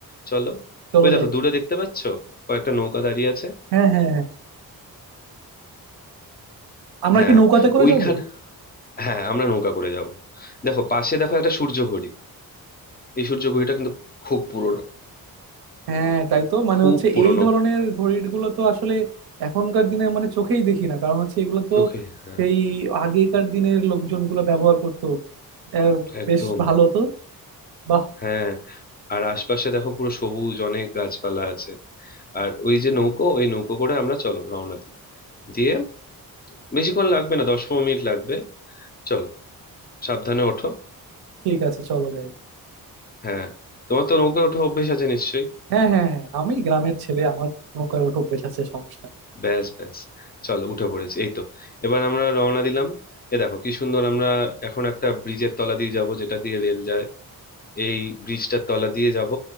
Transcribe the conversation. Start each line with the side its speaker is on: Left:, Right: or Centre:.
Left: চলো
Right: চলো
Left: ওই দেখো
Right: যাই
Left: দূরে দেখতে পাচ্ছো কয়েকটা নৌকা দাঁড়িয়ে আছে
Right: হ্যাঁ হ্যাঁ হ্যাঁ আমরা
Left: হ্যাঁ
Right: কি নৌকাতে করে
Left: ওইখান
Right: যাব
Left: হ্যাঁ আমরা নৌকা করে যাব দেখো পাশে দেখো একটা সূর্য ঘড়ি এই সূর্য ঘড়িটা কিন্তু খুব পুরনো
Right: হ্যাঁ তাই তো মানে
Left: খুব
Right: হচ্ছে
Left: পুরনো
Right: এই ধরনের ঘড়ির গুলো তো আসলে এখনকার দিনে মানে চোখেই দেখি না কারণ হচ্ছে এগুলো তো
Left: চোখে হ্যাঁ
Right: সেই আগেকার দিনের লোকজনগুলো ব্যবহার করতো আহ,
Left: একদম
Right: বেশ ভালো তো বাহ
Left: হ্যাঁ আর আশপাশে দেখো পুরো সবুজ অনেক গাছপালা আছে আর ওই যে নৌকো ওই নৌকো করে আমরা চলো রওনা দিই দিয়ে বেশিক্ষণ লাগবে না দশ পনেরো মিনিট লাগবে চলো সাবধানে ওঠো
Right: ঠিক আছে চলো যাই
Left: হ্যাঁ তোমার তো নৌকা ওঠা অভ্যেস আছে নিশ্চয়ই
Right: হ্যাঁ হ্যাঁ হ্যাঁ আমি গ্রামের ছেলে আমার নৌকায় ওঠো বেশ আছে সমস্যা নেই।
Left: ব্যাস ব্যাস চলো উঠে পড়েছি এই তো এবার আমরা রওনা দিলাম এ দেখো কি সুন্দর আমরা এখন একটা ব্রিজের তলা দিয়ে যাব যেটা দিয়ে রেল যায় এই ব্রিজটার তলা দিয়ে যাব